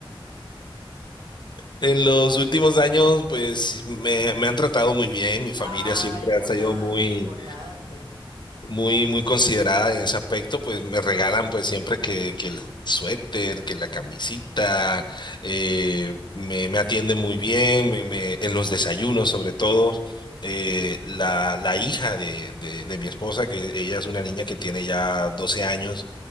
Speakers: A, on the left; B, on the right.
A: En los últimos años, pues me, me han tratado muy bien, mi familia
B: Ah,
A: siempre
B: importante,
A: ha sido muy
B: importante.
A: muy, muy considerada en ese aspecto, pues me regalan pues siempre que, que el suéter, que la camisita, eh, me, me atienden muy bien, me- me- en los desayunos sobre todo. eh, la, la hija de, de, de mi esposa, que ella es una niña que tiene ya 12 años,